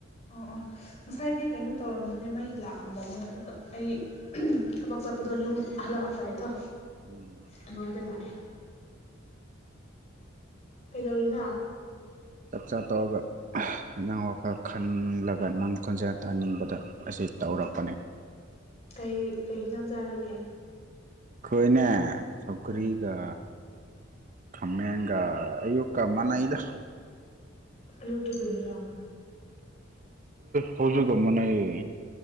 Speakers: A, on the left; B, on the right.
A: ꯑꯥ ꯑꯥ ꯉꯁꯥꯏꯗꯤ ꯀꯩꯅꯣ ꯇꯧꯔꯝꯕꯅꯦ ꯃꯩ ꯂꯥꯛꯑꯝꯗꯕꯅꯦ ꯑꯗꯨꯒ ꯑꯩ ꯎꯝ ꯊꯕꯛ ꯆꯠꯄꯗꯣ ꯌꯨꯝ ꯍꯜꯂꯛꯑꯝꯗꯥꯏꯗꯣ
B: ꯎꯝ
A: ꯑꯗꯨꯋꯥꯏꯗ ꯂꯥꯛꯑꯦ ꯀꯩꯗꯧꯔꯤꯅ
B: ꯆꯥꯛ ꯆꯥ ꯇꯧꯔꯒ ꯅꯪ ꯋꯥꯈꯜ ꯈꯜꯂꯒ ꯅꯪ ꯀꯣꯟꯖꯦꯜ ꯇꯥꯍꯟꯅꯤꯡꯕꯗ ꯑꯁꯤ
A: ꯎꯝ
B: ꯇꯧꯔꯛꯄꯅꯤ
A: ꯀꯩ ꯀꯩ ꯌꯦꯟꯖꯥꯡ ꯆꯥꯔꯒꯦ
B: ꯑꯩꯈꯣꯏꯅꯦ ꯁꯧꯀꯔꯤꯒ
A: ꯎꯝ
B: ꯈꯝꯃꯒ ꯑꯌꯨꯛ ꯀ ꯃꯥꯟꯅꯏꯗ
A: ꯑꯋꯨꯛꯇꯣ ꯀꯩꯖꯥꯡꯅꯧ
B: ꯁꯖꯨꯒ <unintelligible> ꯃꯅꯩꯌꯦ